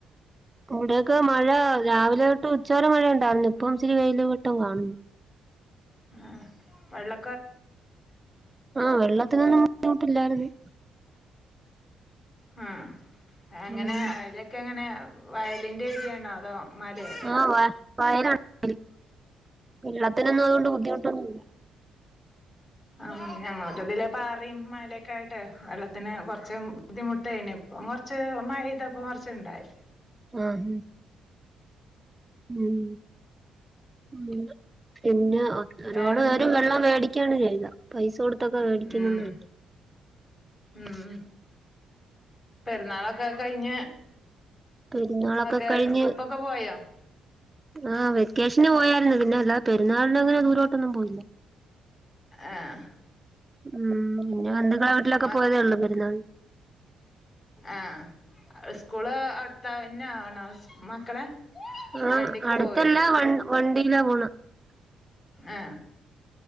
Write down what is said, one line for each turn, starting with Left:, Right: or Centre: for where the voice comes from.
Right: ഇവിടെയൊക്കെ മഴ രാവിലെ തൊ ട്ടുച്ചവരെ മഴയൊണ്ടായിരുന്ന് ഇപ്പം ഇച്ചിരി വെയിലും വെട്ടോം കാണുന്നു.
Left: ആഹ് വെള്ള
Right: ആഹ് വെള്ളത്തിനൊന്നും ബുദ്ധിമുട്ടില്ലായിരുന്നു.
Left: ആഹ് എങ്ങനേ
Right: ഉം
Left: അതിലൊക്കെങ്ങനേ വയലിന്റെ ഏരിയയാണോ അതോ? മലയോ
Right: ആഹ് വ വയലൊ <unintelligible> ള്ള തോനോന്നും അതുകൊണ്ട് ബുദ്ധിമുട്ടന്നുമില്ല
Left: ആ ഞങ്ങക്കതിലെ പാറയും മലൊക്കെ ആയിട്ട് വെള്ളത്തിന് കൊറച്ച് ബുദ്ധിമുട്ട് ആയിന് ഇപ്പം കൊറച്ച് മയപെയ്പ്പം കൊറച്ചുണ്ടായി
Right: ആഹ് ആഹ് ഉം ഉം പിന്നെ ഒരുപാട്
Left: വേറെന്തൊക്കെ
Right: പേരും വെള്ളം വേടിക്കയാണ് ചെയ്ക പൈസോട് <unintelligible> മേടിക്കുന്ന
Left: ഉം ഉം
Right: <unintelligible>
Left: പെരുന്നാളൊക്കെ കഴിഞ്ഞ്
Right: പെരുന്നാളൊക്കെ
Left: ഒക്കെ
Right: കഴിഞ്ഞ്
Left: ട്രിപ്പൊക്കെ പോയോ
Right: ആ വെക്കേഷന് പോയാ <unintelligible> പിന്നെ അല്ലാ പെരുന്നാളിന് അങ്ങനെ ദൂരോട്ടൊന്നും പോയില്ല
Left: ആഏ
Right: ഉം പിന്നെ <unintelligible>
Left: മക്ക്
Right: പോയേതെ ഒള്ളൂ പെരുന്നാ
Left: ആഹ് സ്കൂള് അടുത്ത ന്നാണോ സ് മക്കളെ
Right: ആഹ്
Left: വണ്ടിക്ക്
Right: അടുത്തല്ലേ
Left: പോവേ
Right: വൺ വണ്ടിലാ പോണ്
Left: എ